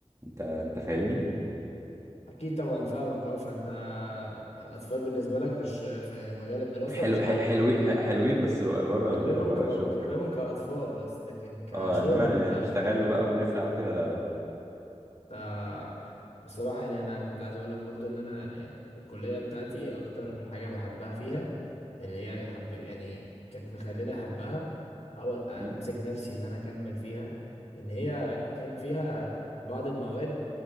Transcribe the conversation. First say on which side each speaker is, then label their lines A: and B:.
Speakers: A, on the right; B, on the left.
A: انت انت فاهمني
B: اكيد طبعا فاهمك اه فانت اطفال بالنسبة لك في الش- في مجال الدراسة
A: حلو
B: مش
A: ح-
B: حابب
A: حلوين ح- حلوين بس بره
B: حاببهم
A: ال... بره
B: ك
A: الشغل
B: حاببهم
A: يعني
B: كاطفال بس لكن كشغل
A: اه انما نشتغل له بقى ونخلع وكده لا
B: آه، بصراحة يعني انا كنت عايز اقول لك برضو ان انا يعني الكلية بتاعتي اكتر حاجة بحبها فيها اللي هي حب يعني كانت مخليني احبها او امسك
A: لا
B: نفسي ان انا اكمل فيها ان هي كان فيها بعض المواد